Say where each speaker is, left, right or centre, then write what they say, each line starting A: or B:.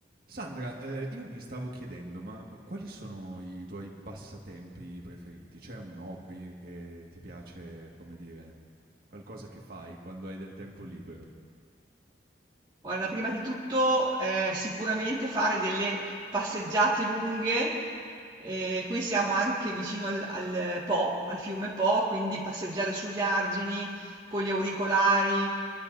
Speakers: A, on the right; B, on the right.
A: Sandra, ehm, io mi stavo chiedendo, ma quali sono i tuoi passatempi preferiti? C'è un hobby che ti piace, come dire, qualcosa che fai quando hai del tempo libero?
B: Guarda, prima di tutto, ehm, sicuramente fare delle passeggiate lunghe, ehm, qui siamo anche vicino al al Po, al fiume Po, quindi passeggiare sugli argini con gli auricolari,